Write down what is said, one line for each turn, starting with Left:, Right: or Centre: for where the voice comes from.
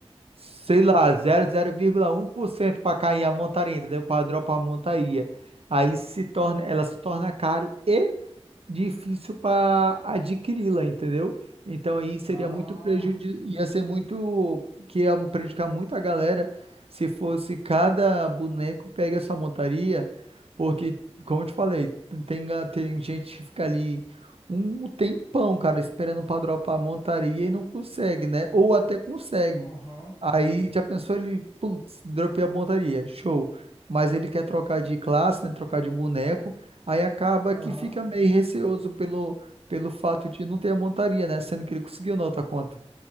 Right: sei lá, zero zero vírgula zero um por cento para cair a montaria, entendeu? Para dropar a montaria. Aí se torna, ela se torna caro e difícil para adquiri-la, entendeu? Então aí seria
Left: Ah,
Right: muito prejuízo, ia ser muito, que ia prejudicar muito a galera se fosse cada boneco pega essa montaria, porque, como eu te falei, tem, tem ga- tem gente que fica ali um tempão, cara, esperando pra dropar a montaria e não consegue, né? Ou até consegue.
Left: aham,
Right: Aí já pensou ele, putz, dropei a montaria, show. Mas ele quer trocar de classe, né? Trocar de boneco. Aí acaba
Left: aham.
Right: que fica meio receoso pelo, pelo fato de não ter a montaria, né? Sendo que ele conseguiu na outra conta,